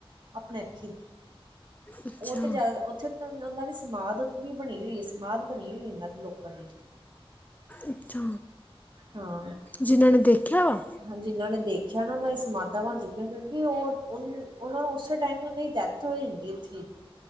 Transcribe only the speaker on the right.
ਆਪਣੇ ਅੱਖੀ
ਉਹ ਤੇ ਜ਼ਿਆਦਾ ਉੱਥੇ ਉਹਨਾਂ ਦੀ ਸਮਾਧ ਵੀ ਬਣੀ ਹੋਈ ਸਮਾਧ ਬਣੀ ਹੋਈ ਇਹਨਾਂ ਦੇ ਲੋਕਾਂ ਦੀ
ਹਾਂ
ਹਾਂ ਜਿਨ੍ਹਾਂ ਨੇ ਦੇਖਿਆ ਨਾ ਉਹਨਾਂ ਦਾ ਇਹ ਸਮਾਧਾਂ ਬਣ ਚੁੱਕਿਆ ਕਿਉਂਕਿ ਉਹਰ ਉਹ ਨੂੰ ਉਸੇ ਟਾਈਮ ਉਹਨਾਂ ਦੀ ਡੈਥ ਹੋ ਜਾਂਦੀ ਉੱਥੇ